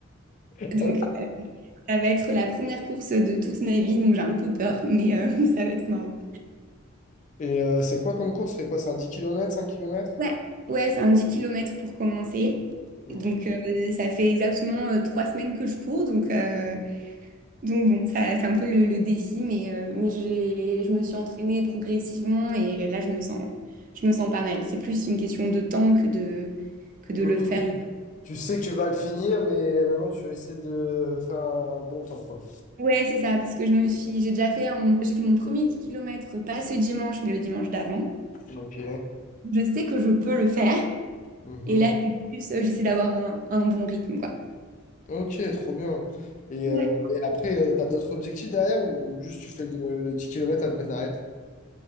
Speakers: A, on the left (about 40°); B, on the right (about 40°).
A: Ah
B: Donc,
A: oui.
B: euh, ça va être la première course de toute ma vie, donc j'ai un peu peur, mais euh, <laughs> ça va être marrant.
A: Et euh, c'est quoi comme course? C'est quoi? C'est un 10 kilomètres, 5 kilomètres
B: Ouais, ouais, c'est un 10 kilomètres pour commencer.
A: Ok.
B: Donc, euh, ça fait exactement euh, trois semaines que je cours. Donc, euh, donc bon, ça, c'est un peu le, le défi, mais, euh, mais j'ai, je me suis entraînée progressivement et là, je me sens, je me sens pas mal. C'est plus une question de temps que de, que de
A: Ok.
B: le faire.
A: Tu sais que tu vas le finir, mais maintenant, tu vas essayer de faire un bon temps, quoi.
B: Ouais, c'est ça, parce que je me suis, j'ai déjà fait un- mon- j'ai fait mon premier 10 kilomètres pas ce dimanche, mais le dimanche d'avant.
A: Ok.
B: Je sais que je peux le faire.
A: Mhm.
B: Et là, c'est plus, euh, j'essaie d'avoir un, un bon rythme, quoi.
A: Ok, trop bien. Et,
B: Ouais.
A: euh, et après, tu as d'autres objectifs derrière ou juste tu fais le, le 10 km après, t'arrêtes?